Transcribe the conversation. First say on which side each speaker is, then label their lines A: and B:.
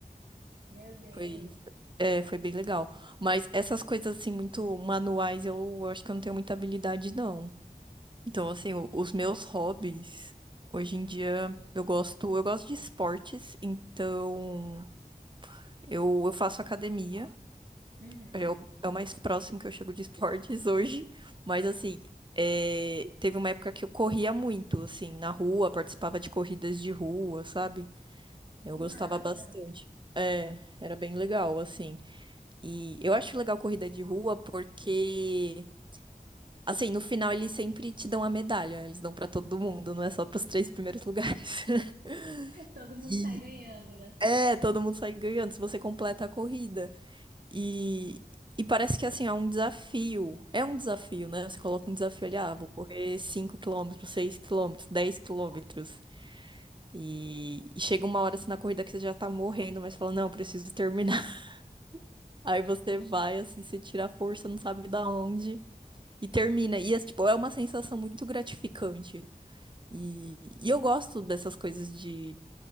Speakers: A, on the right; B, on the right.
A: Meu Deus.
B: Foi, foi, é, foi bem legal. Mas essas coisas, assim, muito manuais, eu, acho que eu não tenho muita habilidade, não. Então, assim, o- os meus hobbies, hoje em dia, eu gosto, eu gosto de esportes, então eu, eu faço academia.
A: Uhum.
B: É o, é o mais próximo que eu chego de esportes <laughs> hoje. Mas, assim, é, teve uma época que eu corria muito, assim, na rua, participava de corridas de rua, sabe? Eu
A: Que
B: gostava
A: massa.
B: bastante. Era bem legal, assim. E eu acho legal corrida de rua porque, assim, no final eles sempre te dão a medalha, eles dão pra todo mundo, não é só pros três primeiros lugares. <laughs>
A: <laughs> Todo mundo
B: E
A: sai ganhando, né?
B: é, todo mundo sai ganhando se você completa a corrida. E, e parece que, assim, é um desafio. É um desafio, né? Você coloca um desafio
A: Sim,
B: ali, ah, vou correr cinco quilômetros seis quilômetros dez quilômetros E, e chega uma hora assim na corrida que você já tá morrendo, mas fala, não, preciso terminar. <laughs> Aí você vai, assim, você tira a força, não sabe da onde. E termina. E, é, tipo, é uma sensação muito gratificante. E, e eu gosto dessas coisas de,